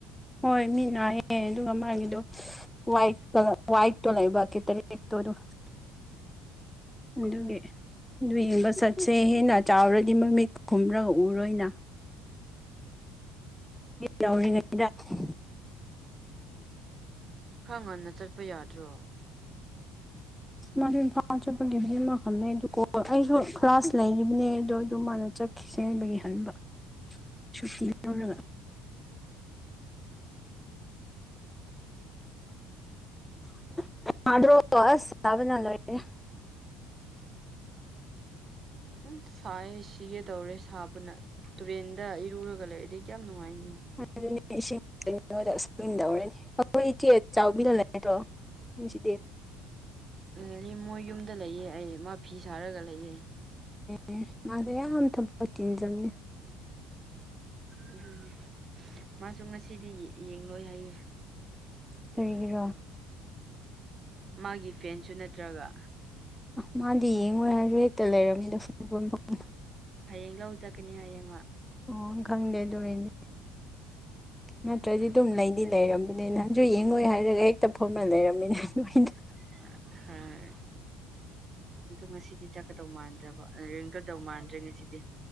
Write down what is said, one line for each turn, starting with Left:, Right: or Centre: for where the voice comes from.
Centre: ꯍꯣꯏ ꯃꯤꯅ ꯍꯥꯏꯌꯦ ꯑꯗꯨꯒ ꯃꯥꯏꯃꯤꯠꯗꯣ ꯋꯥꯏꯠ ꯀ‌ ꯋꯥꯏꯠ ꯇꯣ ꯂꯩꯕ ꯀꯦ ꯇꯔꯦꯠ ꯇꯣ ꯑꯗꯨꯒ <unintelligible> ꯑꯗꯨꯒꯤ ꯑꯗꯨ ꯌꯦꯡꯕ ꯆꯠꯁꯦ ꯍꯥꯏꯅ ꯆꯥꯎꯔꯗꯤ ꯃꯃꯤꯠ ꯈꯨꯝꯔꯒ ꯎꯔꯣꯏꯅ ꯂꯧꯔꯤꯉꯩꯗ <unintelligible>
Right: ꯈꯔ ꯉꯟꯅ ꯆꯠꯄ ꯌꯥꯗ꯭ꯔꯣ
Centre: ꯃꯥꯗꯤ ꯏꯝꯐꯥꯜ ꯆꯠꯄꯒꯤ ꯃꯤ ꯑꯃ ꯍꯜꯂꯦ <unintelligible> ꯑꯗꯨ ꯑꯩꯁꯨ ꯀ꯭ꯂꯥꯁ ꯂꯩꯔꯤꯕꯕꯅꯦ ꯑꯗꯣ ꯑꯗꯨ ꯃꯥꯅ ꯆꯠꯈꯤ ꯁꯦꯡꯕꯒꯤ ꯍꯟꯕ ꯁꯨꯛꯇꯤ ꯂꯧꯔꯒ <unintelligible>
Right: ꯎꯝ ꯁꯥꯏ ꯁꯤꯒꯦ ꯇꯧꯔꯦ ꯁꯥꯕꯅ ꯇꯨꯔꯦꯟꯗ ꯏꯔꯨꯔꯥꯒ ꯂꯩꯔꯗꯤ ꯀꯌꯥꯝ ꯅꯨꯡꯉꯥꯏꯅꯤ
Centre: <unintelligible> ꯑꯩꯈꯣꯏ ꯏꯆꯦ ꯆꯥꯎꯕꯤꯗꯣ ꯂꯩꯇ꯭ꯔꯣ ꯁꯤꯗꯦ <unintelligible>
Right: ꯂꯩꯌ‌ꯦ ꯃꯣꯏ ꯌꯨꯝꯗ ꯂꯩꯌꯦ ꯑꯩ ꯃꯥ ꯐꯤ ꯁꯥꯔꯒ ꯂꯩꯌꯦ
Centre: ꯑꯦ ꯃꯥꯗꯤ ꯌꯥꯝ <unintelligible>
Right: ꯑꯗꯨꯅꯦꯕ ꯃꯥꯁꯨ ꯉꯁꯤꯗꯤ ꯌꯦꯡ ꯉꯣꯏ ꯍꯥꯏꯌꯦ
Centre: ꯀꯔꯤꯒꯤꯔꯥ
Right: ꯃꯥꯒꯤ ꯐꯦꯟꯁꯨ ꯅꯠꯇ꯭ꯔꯥꯒ
Centre: ꯃꯥꯗꯤ ꯌꯦꯡꯉꯣꯏ ꯍꯥꯏꯔꯦ ꯍꯦꯛꯇꯥ ꯂꯩꯔꯝꯃꯤꯗ <unintelligible>
Right: ꯍꯌꯦꯡ ꯂꯧ ꯆꯠꯀꯅꯤ ꯍꯥꯏꯌꯦ ꯃꯥ
Centre: ꯑꯣ ꯈꯪꯗꯦ ꯑꯗꯨ ꯑꯣꯏꯗꯤ ꯅꯠꯇ꯭ꯔꯗꯤ ꯑꯗꯨꯝ ꯂꯩꯗꯤ ꯂꯩꯔꯝꯕꯅꯤ ꯅꯍꯥꯟꯁꯨ ꯌꯦꯡꯉꯣꯏ ꯍꯥꯏꯔꯒ ꯍꯦꯛꯇ ꯐꯝꯔ ꯂꯩꯔꯝꯃꯤꯅꯦ ꯑꯗꯨꯃꯥꯏꯅ <unintelligible>
Right: <unintelligible> ꯑꯗꯣ ꯉꯁꯤꯗꯤ ꯆꯠꯀꯗꯧ ꯃꯥꯟꯗ꯭ꯔꯕ ꯌ‌ꯦꯡꯒꯗꯧ ꯃꯥꯟꯗ꯭ꯔꯦ ꯉꯁꯤꯗꯤ